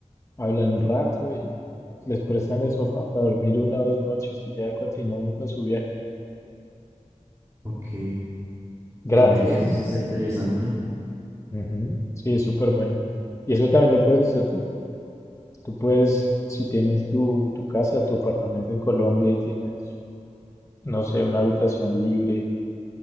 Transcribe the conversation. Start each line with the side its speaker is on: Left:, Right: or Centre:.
Left: hablan un rato y les prestan el sofá para dormir una o dos noches y ya continúa uno con su viaje.
Right: Ok.
Left: Gratis.
Right: Ve, eso sí está interesante.
Left: Ujú. Sí, es súper bueno. Y eso también lo puedes hacer tú. Tú puedes, si tienes tu, tu casa, tu apartamento en Colombia y tienes, no sé, una habitación libre